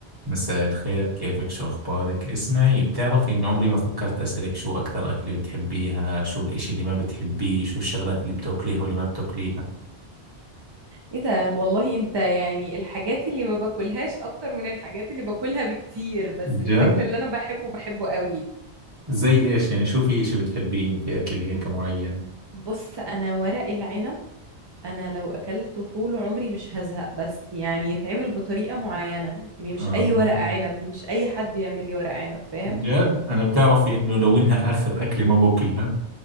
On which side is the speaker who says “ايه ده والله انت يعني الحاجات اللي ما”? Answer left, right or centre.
Right